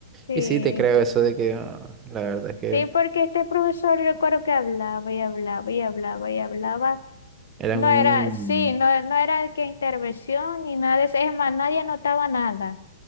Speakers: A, on the left; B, on the right.
A: sí.
B: Y sí, te creo eso de que ah, la verdad es que
A: Sí, porque este profesor yo recuerdo que hablaba y hablaba y hablaba y hablaba.
B: era
A: No
B: un...
A: era, sí, no, no era que intervención ni nada de eso. Es más, nadie notaba nada.